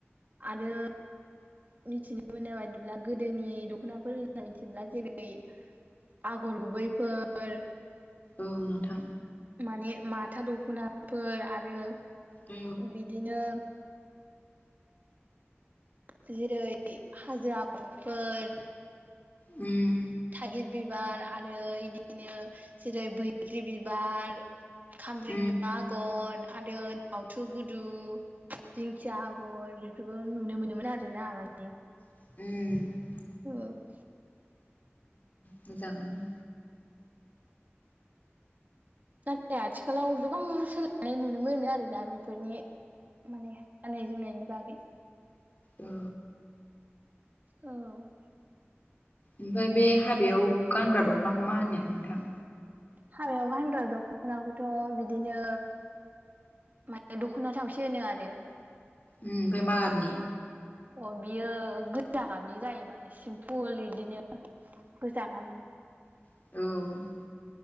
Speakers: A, on the right (about 40°); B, on the left (about 40°).
A: आरो मिथिनो मोननाय बादिब्ला गोदोनि दख'नाफोर होनना मिथिब्ला जेरै आगर गुबैफोर
B: औ नोंथां
A: माने माथा दख'नाफोर आरो
B: औ
A: बिदिनो जेरै हाजिरा आगरफोर
B: उम
A: थागिर बिबार आरो इदिनो जेरै बैग्रि बिबार खामब्रें
B: औ
A: आगर आरो आवथु गुदु दिंखिया आगर बेफोरखौ नुनो मोनोमोन आरोना माने
B: उम
A: औ
B: मोजांआनो
A: नाथाय आथिखालाव गोबां सोलायनाय नुनो मोनो आरो दा बेफोरनि माने गाननाय जोमनायनि बागै
B: औ
A: औ
B: ओमफ्राय बे हाबायाव गानग्रा दख'नाखौ मा होनो नोंथां
A: हाबायाव गानग्रा दख'नाखौथ' बिदिनो माने दख'ना थावसे होनो आरो
B: ओम ओमफ्राय मागाबनि
A: अ बियो गोजा गाबनि जायो माने सिमपुल बिदिनो गोजाङामनि
B: औ